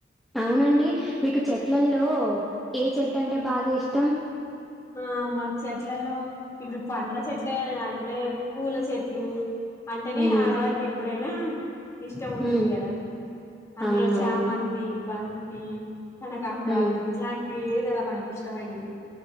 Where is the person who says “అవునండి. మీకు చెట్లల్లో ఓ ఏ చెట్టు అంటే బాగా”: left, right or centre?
Centre